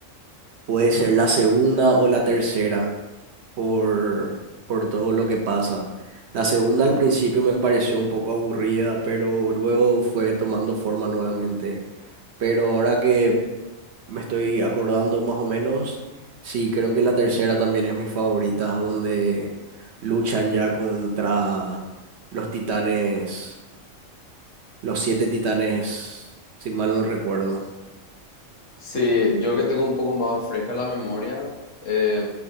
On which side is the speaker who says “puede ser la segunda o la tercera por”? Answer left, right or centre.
Right